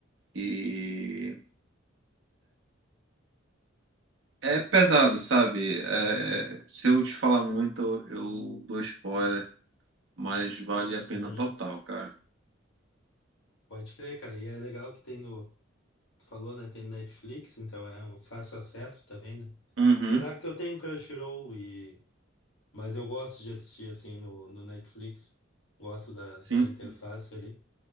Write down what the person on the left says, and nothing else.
Uhum.
Pode crer, cara. E é legal que tem no. Tu falou, né? Tem no Netflix, então é um fácil acesso também, né?
Apesar que eu tenho Crunchyroll e. Mas eu gosto de assistir assim no, no Netflix. Gosto da,
da interface ali.